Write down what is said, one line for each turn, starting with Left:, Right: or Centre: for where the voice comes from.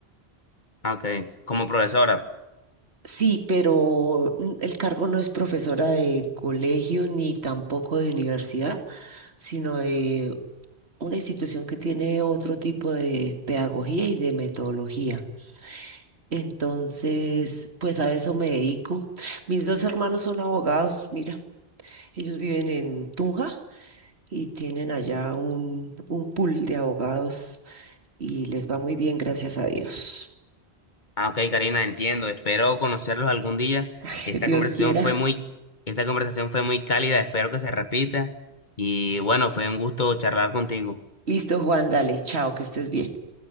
Left: Ah, Ok, como profesora.
Right: Sí, pero mm, el cargo no es profesora de colegio ni tampoco de universidad, sino de una institución que tiene otro tipo de pedagogía y de metodología. Entonces, pues a eso me dedico. Mis dos hermanos son abogados, mira, ellos viven en Tunja. y tienen allá un, un pool de abogados y les va muy bien, gracias a Dios.
Left: Ah, ok, Karina, entiendo. Espero conocerlos algún día.
Right: <laughs>
Left: Esta
Right: Dios
Left: conversación
Right: quiera.
Left: fue muy, esta conversación fue muy cálida. Espero que se repita. Y bueno, fue un gusto charlar contigo.
Right: Listo, Juan, dale, chao, que estés bien.